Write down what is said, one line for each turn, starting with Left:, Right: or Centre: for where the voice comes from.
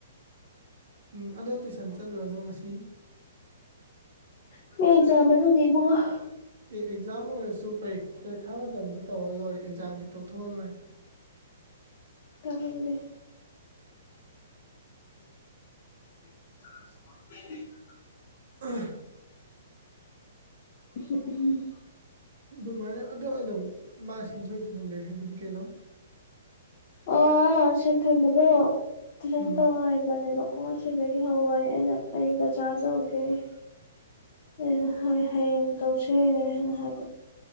Right: ꯎꯝ ꯑꯗꯣ ꯇꯨꯏꯁꯟ ꯆꯠꯂꯨꯔꯅꯣ ꯉꯁꯤ꯫
Left: ꯑ ꯃꯤ ꯑꯦꯛꯖꯥꯝ ꯃꯅꯨꯡꯅꯤ ꯏꯕꯨꯡꯉꯣ ꯫
Right: ꯑꯦ ꯑꯦꯛꯖꯥꯝ ꯑꯣꯏꯔꯁꯨ ꯄꯔꯤ ꯄꯥꯔꯤꯈꯥ ꯃꯇꯝꯗ ꯇꯧꯔꯒ ꯂꯣꯏꯔꯦ ꯑꯦꯛꯖꯥꯝꯗꯤ ꯇꯧꯊꯣꯛꯂꯒ ꯂꯣꯏꯔꯦ꯫
Left: ꯇꯥꯅꯤꯡꯗꯦ꯫
Right: <inaudible> <inaudible>
Left: <inaudible>
Right: ꯑ
Left: ꯑꯍꯝ ꯑꯍꯝ
Right: ꯑꯗꯨꯃꯥꯏꯅ ꯑꯗꯣ ꯑꯗꯨꯝ ꯃꯥ ꯁꯦꯝꯗꯣꯛꯂꯁꯨ ꯑꯗꯨꯝ ꯂꯩ ꯍꯥꯏꯕꯅꯤ ꯀꯩꯅꯣ꯫
Left: ꯑꯣ ꯁꯦꯟꯊꯣꯏꯕꯗꯣ ꯇꯨꯏꯁꯅ
Right: ꯎꯝ
Left: ꯇꯧ ꯍꯥꯏꯕꯅꯦꯕ꯫ ꯀꯣꯛ ꯉꯁꯤꯗꯩꯩ ꯍꯧꯑꯣꯌꯦ ꯑꯩ ꯕꯖꯥꯔ ꯆꯠꯂꯨꯒꯦ ꯫ ꯑꯩꯅ ꯍꯣꯏ ꯍꯌꯦꯡ ꯇꯧꯁꯦ ꯍꯥꯏꯅ ꯍꯥꯏꯕ꯫